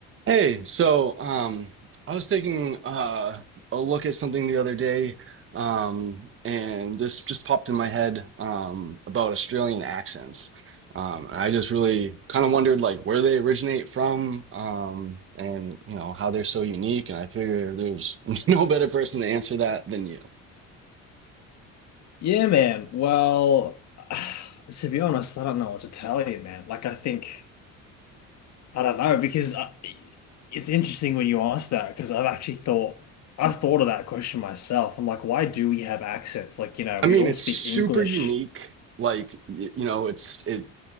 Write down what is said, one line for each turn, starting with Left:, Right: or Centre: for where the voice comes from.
Right: Hey, so um, I was taking uh, a look at something the other day, um, and this just popped in my head um, about Australian accents. Um, and I just really kind of wondered like where they originate from, um, and you know how they're so unique. And I figure there's <laughs> no better person to answer that than you.
Left: Yeah, man. Well, <sighs> to be honest, I don't know what to tell you, man. Like, I think, I don't know, because I, it's interesting when you ask that, because I've actually thought, I've thought of that question myself. I'm like, why do we have accents? Like, you know,
Right: I mean,
Left: we all
Right: it's
Left: speak
Right: super
Left: English.
Right: unique. Like y- you know, it's it.